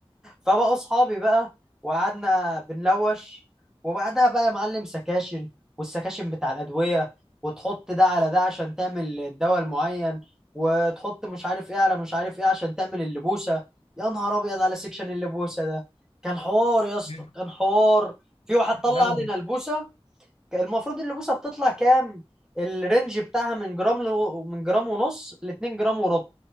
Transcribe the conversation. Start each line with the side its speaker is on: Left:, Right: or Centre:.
Centre: فبقوا اصحابي بقى وقعدنا بنلوش وبعدها بقى يا معلم سكاشن والسكاشن بتاع الادويه وتحط ده على ده عشان تعمل الدواء المعين وتحط مش عارف ايه على مش عارف ايه عشان تعمل اللبوسه يا نهار ابيض على سكشن اللبوسه ده كان حوار يا اسطى
Left: مم.
Centre: كان حوار في واحد طلع
Left: لا
Centre: علينا
Left: و-
Centre: البوسه المفروض اللبوسه بتطلع كام الرينج بتاعها من جرام ل... من جرام ونص ل 2 جرام وربع